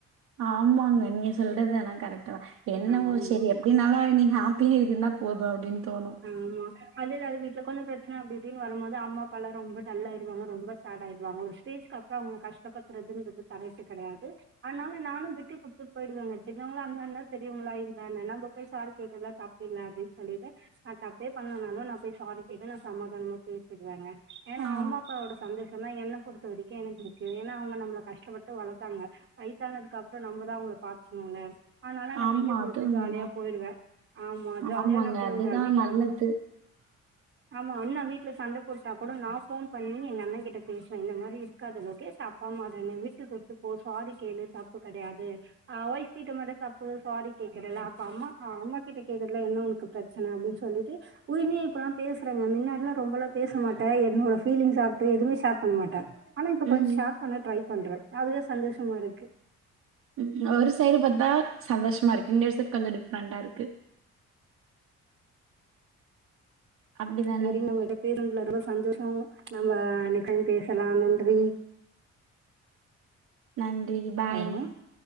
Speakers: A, on the right; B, on the right.
A: ஆமாங்க நீங்க சொல்றதுனா கரெக்ட் தா என்னவோ
B: ஆமா
A: சரி எப்டின்னாலு நீங்க ஹப் இப்டியே இருந்தா போது அப்டின் தோணு
B: ஆமா அதில்லாத வீட்ல கொஞ்ச பிரச்ன அப்டி இப்டின்னு வரும்மோது அம்மா அப்பா எல்லா ரொம்ப டல்லாயிடுவாங்க ரொம்ப சாடாயிடுவாங்க ஒரு ஸ்டேஜ்கப்றோ அவுங்கள கஷ்டப்படுத்துறதுன்றது கரெக்ட்டு கெடயாது ஆனால நானு விட்டு குட்த்து போயிடுவேங்க சின்னவங்ளா இருந்தா என்ன பெரியவங்ளா இருந்தா என்ன நம்ப போய் ஸாரி கேக்கெல்ல தப்பில்ல அப்டின் சொல்லிட்டு நா தப்பே பண்லனாலு நா போய் ஸாரி கேட்டு நா சமாதானமா போய் ருவேங்க ஏனா
A: ஆ
B: அம்மாப்பா ஓட சந்தோஷோ தா என்ன பொறுத்த வரை க்கு எனக்கு முக்கியோ ஏனா அவுங்க நம்ள கஷ்டப்பட்டு வளத்தாங்க வய்சானதுக்கப்றோ நம்ப தா அவுங்கள பாத்துக்ணுல ஆனால நா
A: ஆமா
B: விட்டு குடுத்து
A: அது உண்மதான்.
B: ஜாலியா போயிடுவே ஆமா ஜாலியா
A: ஆமாங்க
B: நா போயிருவே
A: அதுதான்
B: விட்
A: <inaudible>
B: ஆமா அண்ணா வீட்ல சண்ட போட்டா கூட நா ஃபோன் பண்ணி எங்கண்ணே கிட்ட பேசுவே இந்த மாரி இருக்காத லோகேஷ் அ ப்பாம்மா தானே விட்டு குடுத்து போ ஸாரி கேளு தப்பு கெடயாது ஆ ஒய்ஃப் கிட்ட மட்டு தப்பு சாரி கேக்கறல அப்ப அம்மா அம்மா கிட்ட கேக்கறதுல என்ன ஒனக்கு பிரச்சன அப்டின் சொல்லிட்டு உரிமயா இப்பல்லா பேசுறங்கே மின்னாடில்லா ரொம்பலா பேச மாட்டே என்னோட ஃபீலிங்ஸாகட்டு எதுமே ஷேர் பண்ண மாட்டே ஆனா இப்ப
A: ம்
B: கொஞ்சோ ஷேர் பண்ண ட்ரை பண்றே அதுவே சந்தோஷமாருக்கு
A: ம் ஒரு சைடு பாத்தா சந்தோஷமா இருக்கு இன்னொரு சைடு கொஞ்சோ டிஃப்ரெண்டாருக்கு அப்டிதானே
B: செரி <unintelligible> விடு பேருந்துல ரொம்ப சந்தோஷோ நம்ம அன்னைக்கன் பேசலா நன்றி
A: நன்றி பாய்
B: ஹலோ